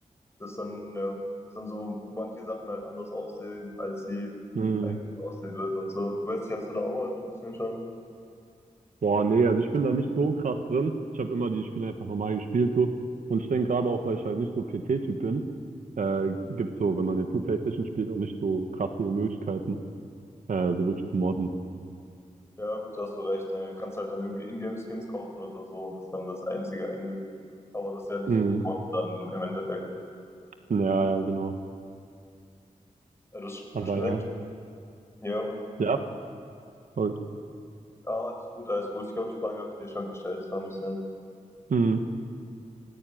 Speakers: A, on the left; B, on the right.
A: dass dann, ja, dass dann so manche Sachen halt anders aussehen, als sie
B: Mhm.
A: eigentlich aussehen würden und so. Weißt du, hast du da auch mal so ein bisschen schon?
B: Boah, nee, also ich bin da nicht so krass drin. Ich habe immer die Spiele einfach normal gespielt so. Und ich denke gerade auch, weil ich halt nicht so PC-Typ bin, äh, gibt's so, wenn man jetzt nur PlayStation spielt, auch nicht so krass viele Möglichkeiten, äh, so wirklich zu modden.
A: Ja, gut, da hast du recht. Ne? Du kannst halt dann irgendwie Ingame-Skins kaufen oder so und das ist dann das Einzige eigentlich. Aber das ist ja nicht,
B: Mhm.
A: nicht Modden dann im Endeffekt.
B: Ja, ja, genau.
A: Ja, Du hast,
B: Aber
A: du hast gesagt,
B: ja.
A: ja.
B: Ja, voll.
A: Ja, alles gut, alles gut. Ich glaube, die Frage habe ich dir schon gestellt. So ein bisschen.
B: Mhm.